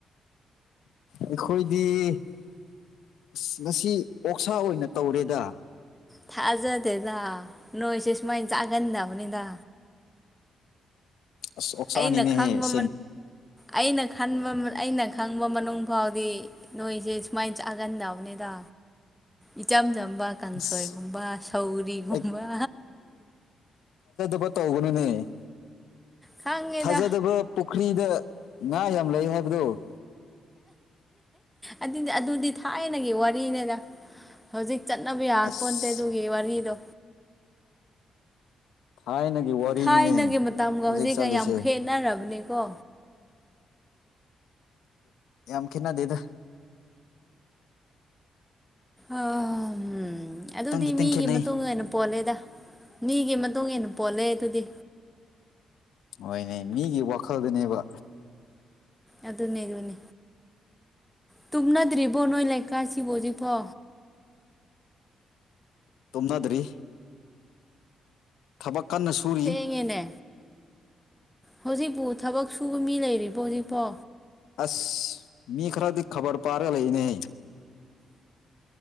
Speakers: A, on the left (about 85°); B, in the centre.
A: ꯑꯩꯈꯣꯏꯗꯤ ꯑꯁ ꯉꯁꯤ ꯑꯣꯛꯁꯥ ꯑꯣꯏꯅ ꯇꯧꯔꯦꯗ
B: ꯊꯥꯖꯗꯦꯗ ꯅꯣꯏꯁꯦ ꯁꯨꯃꯥꯏꯅ ꯆꯥꯒꯟꯅꯕꯅꯤꯗ
A: ꯑꯣꯛꯁꯥꯅꯤꯅꯦꯍꯦꯁꯤꯡ
B: ꯑꯩꯅ ꯈꯪꯕ ꯑꯩꯅ ꯈꯟꯕ ꯑꯩꯅ ꯈꯪꯕ ꯃꯅꯨꯡ ꯐꯥꯎꯗꯤ ꯅꯣꯏꯁꯦ ꯁꯨꯃꯥꯏꯅ ꯆꯥꯒꯟꯗꯕꯅꯤꯗ ꯏꯆꯝ ꯆꯝꯕ ꯀꯥꯡꯁꯣꯏꯒꯨꯝꯕ
A: ꯑꯁ
B: ꯁꯧꯔꯤꯒꯨꯝꯕ
A: ꯑꯩ ꯇꯧꯕꯅꯤꯅꯦ
B: ꯈꯪꯉꯦꯗ
A: ꯊꯥꯖꯗꯕ ꯄꯨꯈ꯭ꯔꯤꯗ ꯉꯥ ꯌꯥꯝ ꯂꯩ ꯍꯥꯏꯕꯗꯣ
B: ꯑꯗꯨꯗꯤ ꯑꯗꯨꯗꯤ ꯊꯥꯏꯅꯒꯤ ꯋꯥꯔꯤꯅꯦꯗ ꯍꯧꯖꯤꯛ ꯆꯠꯅꯕ ꯌꯥꯄꯣꯇꯦ
A: ꯑꯁ
B: ꯑꯗꯨꯒꯤ ꯋꯥꯔꯤꯗꯣ
A: ꯊꯥꯏꯅꯒꯤ ꯋꯥꯔꯤꯅꯤꯅꯦ
B: ꯊꯥꯏꯅꯒꯤ ꯃꯇꯝꯒ
A: ꯍꯧꯖꯤꯛ
B: ꯍꯧꯖꯤꯛꯒ
A: ꯆꯠꯂꯤꯁꯦ
B: ꯌꯥꯝ ꯈꯦꯅꯔꯕꯅꯤꯀꯣ
A: ꯌꯥꯝꯈꯤꯦꯠꯅꯗꯦꯗ
B: ꯑ ꯎꯝ ꯑꯗꯨꯗꯤ
A: ꯈꯤꯇꯪ
B: ꯃꯤꯒꯤ
A: ꯈꯦꯠꯅꯩ
B: ꯃꯇꯨꯡꯟꯅ ꯄꯣꯜꯂꯦꯗ ꯃꯤꯒꯤ ꯃꯇꯨꯡ ꯏꯟꯅ ꯄꯣꯜꯂꯦ ꯑꯗꯨꯗꯤ
A: ꯍꯣꯏꯅꯦ ꯃꯤꯒꯤ ꯋꯥꯈꯜꯗꯨꯅꯦꯕ
B: ꯑꯗꯨ ꯅ ꯑꯗꯨꯅꯤ ꯇꯨꯝꯅꯗ꯭ꯔꯤꯕꯣ ꯅꯣꯏ ꯂꯩꯀꯥꯏꯁꯤꯕꯨꯖꯤꯛꯐꯣ
A: ꯇꯣꯝꯅꯗ꯭ꯔꯤ ꯊꯕꯛ ꯀꯟꯅ ꯁꯨꯔꯤ
B: ꯊꯦꯡꯉꯦꯅꯦ ꯍꯧꯖꯤꯛꯄꯨ ꯊꯕꯛ ꯁꯨꯕ ꯃꯤ ꯂꯩꯔꯤꯕꯣ ꯍꯧꯖꯤꯛꯄꯣ
A: ꯑꯁ ꯃꯤ ꯈꯔꯗꯤ ꯈꯕꯔ ꯄꯥꯔꯒ ꯂꯩꯅꯦꯍ